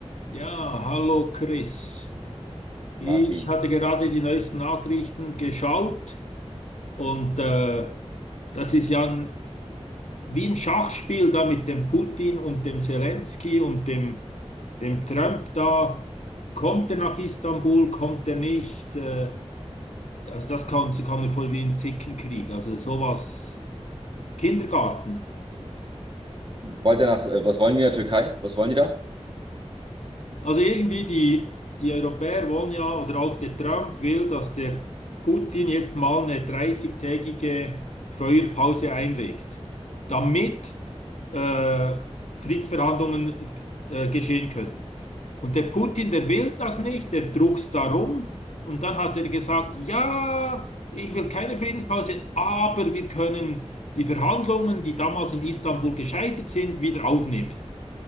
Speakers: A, on the left (about 80°); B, on the right (about 45°).
A: Ja, hallo Chris.
B: Martin.
A: Ich hatte gerade die neuesten Nachrichten geschaut und äh, das ist ja ein, wie ein Schachspiel da mit dem Putin und dem Zelensky und dem, dem Trump da. Kommt er nach Istanbul, kommt er nicht? Äh, also das kann, kann mir vor wie ein Zickenkrieg. Also sowas. Kindergarten.
B: Wollt ihr nach, äh, was wollen die in der Türkei? Was wollen die da?
A: Also irgendwie die, die Europäer wollen ja, oder auch der Trump will, dass der Putin jetzt mal eine dreißigtägige Feuerpause einlegt, damit äh, Friedensverhandlungen äh, geschehen können. Und der Putin, der will das nicht, der druckst darum Und dann hat er gesagt, ja, ich will keine Friedenspause, aber wir können die Verhandlungen, die damals in Istanbul gescheitert sind, wieder aufnehmen.